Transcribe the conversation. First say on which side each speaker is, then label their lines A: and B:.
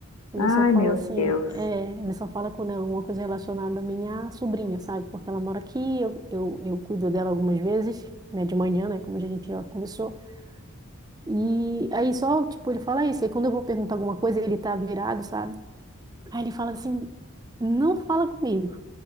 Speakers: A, on the right (about 15°); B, on the left (about 85°).
A: ele
B: Ai,
A: só fala
B: meu
A: assim,
B: Deus.
A: é, ele só fala com né uma coisa relacionada à minha sobrinha, sabe? Porque ela mora aqui, eu, eu, eu cuido dela algumas vezes, né, de manhã, né, como a gente já conversou. E aí só, tipo, ele fala isso, aí quando eu vou perguntar alguma coisa, ele tá virado, sabe? Aí ele fala assim, não fala comigo,